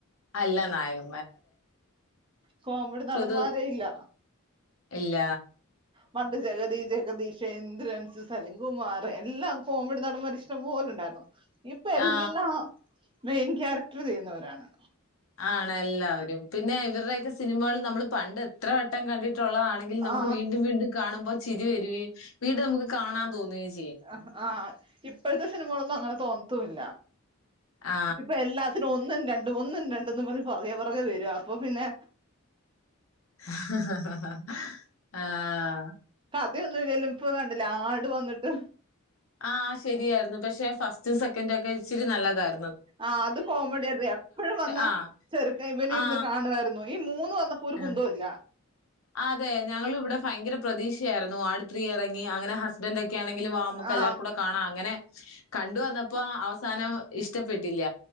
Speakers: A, on the left (about 75°); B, on the right (about 25°).
A: അല്ല നായക
B: കോമഡി നടന്മാരേയില്ല
A: പൊതു ഇല്ല.
B: പണ്ട് ജഗതി, ജഗതീഷ്, ഇന്ദ്രൻസ്, സലീംകുമാറ്, എല്ലാം കോമഡിനടന്മാര് ഇഷ്ട്ടം പോലുണ്ടാരുന്നു. ഇപ്പ
A: ആ
B: എല്ലാം മെയിൻ ക്യാരക്റ്ററ് ചെയ്യുന്നവരാണ്
A: ആണെല്ലാവരും പിന്നെ ഇവർടെയൊക്കെ സിനിമകള് നമ്മള് പണ്ട് എത്രവട്ടം കണ്ടി ട്ടൊള്ളതാണെങ്കിലും നമുക്ക്
B: ആ
A: വീണ്ടും വീണ്ടും കാണുമ്പോ ചിരിവരുവേം വീണ്ടും നമ്മുക്ക് കാണാൻ തോന്നുവേം ചെ
B: അ ആ ഇപ്പഴത്തെ സിനിമകളൊന്നു അ ങ്ങനെ തോന്നത്തുവില്ല.
A: ആ.
B: ഇപ്പ എല്ലാത്തിനും ഒന്നും ര ണ്ടും ഒന്നും രണ്ടെന്നും പറഞ്ഞ് പൊറകേ പൊറകേ വരുവാ അപ്പ പിന്നെ
A: ഹ ആഹ്
B: തി ഒന്നുല്ലേലും ഇപ്പ കണ്ടില്ലേ ആട് വന്നിട്ട്..
A: ആ ശരിയായിരുന്നു പഷേ ഫസ്റ്റും സെക്കന്റുവൊക്കെ ഇച്ചിരി നല്ലതായ്
B: ആ അതു കോമഡിയാരുന്നു. എപ്പഴും വന്നാ
A: ആ.
B: ചെറ്ക്കൻ ഇവനിരുന്ന്
A: ആ.
B: കാണുവാരുന്നു. ഈ മൂന്നു വന്നപ്പം ഒരു
A: ആ.
B: കുന്തോം ഇല്ല.
A: അതെ ഞങ്ങളിവിടെ ഭയങ്കര പ്രതീഷയായിരുന്നു ആട് ത്രീ എറ ങ്ങി അങ്ങനെ ഹസ്‌ബെന്റൊക്കെയാന്നെങ്കിലും വാ നമുക്കെല്ലാവർക്കും
B: ആ
A: കൂടെ കാണാം അങ്ങനെ കണ്ടു വന്നപ്പോ അവസ് സാനം ഇഷ്ടപ്പെട്ടില്ല.